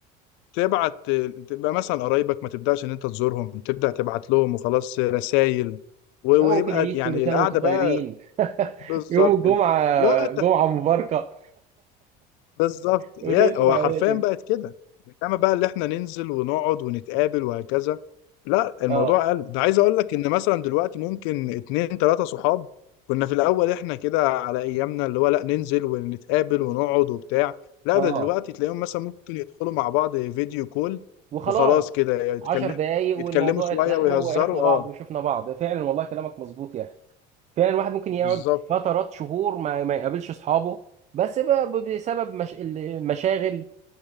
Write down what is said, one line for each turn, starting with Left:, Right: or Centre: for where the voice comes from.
Left: تبعت تبقى مثلا قرايبك ما تبداش ان انت تزورهم تبدا تبعت لهم وخلاص رسائل ويبقى
Right: او في العيد
Left: يعني
Right: كل سنه
Left: القعده
Right: وانتم طيبين
Left: بقى
Right: <laughs>
Left: بالظبط
Right: يوم الجمعه
Left: لا
Right: جمعه مباركه
Left: بالظبط
Right: وتمشي
Left: هي هو
Right: العمليه
Left: حرفيا
Right: كده
Left: بقت كده انما بقى اللي احنا ننزل ونقعد ونتقابل وهكذا لا الموضوع
Right: اه
Left: قل ده عايز اقول لك ان مثلا دلوقتي ممكن اتنين تلاتة صحاب كنا في الاول احنا كده على ايامنا اللي هو لا ننزل ونتقابل ونقعد وبتاع لا
Right: اه
Left: ده دلوقتي تلاقيهم مثلا ممكن يدخلوا مع بعض فيديو كول
Right: وخلاص
Left: وخلاص كده يتكلم
Right: عشر دقايق
Left: يتكلموا
Right: والموضوع
Left: شوية
Right: اتلم
Left: ويهزروا
Right: وعرفنا بعض
Left: اه
Right: وشفنا بعض فعلا والله كلامك مظبوط يا اخي فعلا الواحد ممكن
Left: بالظبط
Right: يقعد فترات شهور ما ما يقابلش اصحابه بس بقى بسبب مش... المشاغل